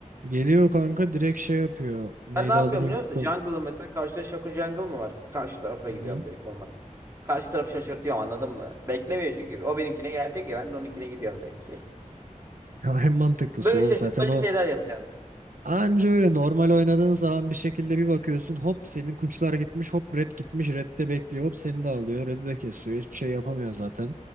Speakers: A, on the right; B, on the right.
A: Geliyor kanka direkt şey yapıyor. Neydi
B: Ben ne yapıyorum
A: adını unuttum.
B: biliyor musun? Jungle'ı mesela karşıda Shaco Jungle mı var? Karşı tarafa gidiyorum
A: Hı hı.
B: direkt orman. Karşı tarafı şaşırtıyorum anladın mı? Beklemiyor çünkü. O benimkine gelecek ya ben de onunkine gidiyorum direkt.
A: <laughs> Ya en mantıklısı
B: <laughs> Böyle
A: oğlum
B: şaşırtmaca
A: zaten o.
B: şeyler yapacağım.
A: Anca öyle normal oynadığın zaman bir şekilde bir bakıyorsun. Hop senin kuçlar gitmiş. Hop red gitmiş. Red de bekliyor. Hop seni de alıyor. Red'i de kesiyor. Hiçbir şey yapamıyor zaten.